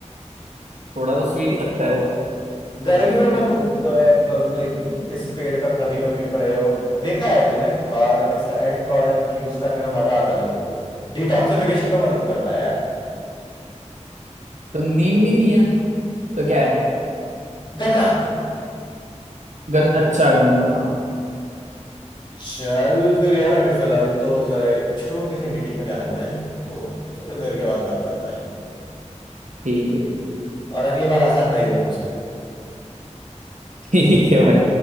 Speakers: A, on the right; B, on the left.
A: थोड़ा तो स्वीट ही लगता है वो
B: गर्मियों में तू लाइक इस पेड़ का कभी कभी प्रयोग देखा है तूने और इसका एंड प्रोडक्ट यूज करने में मजा आता है लोगों को डिटॉक्सिफिकेशन में मदद करता है यार
A: तो नीम भी नहीं है तो क्या है
B: गन्ना
A: गन अच्छा गन्ना
B: चल फिर यार अभी फिलहाल तो जरा एक छोटी सी मीटिंग में जाना है मुझे तो थोड़ी देर के बाद बात करता है
A: ठीक है ठीक
B: और अगली बार आसान पहेलियां पूछना
A: है <laughs> ठीक है भाई